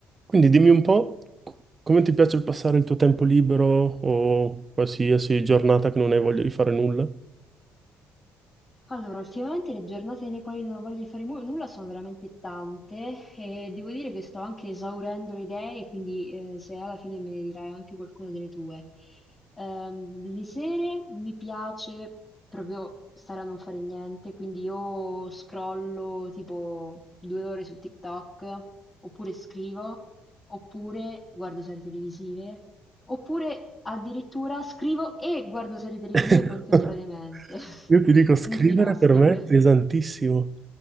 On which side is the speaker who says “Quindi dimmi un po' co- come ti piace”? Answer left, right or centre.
Right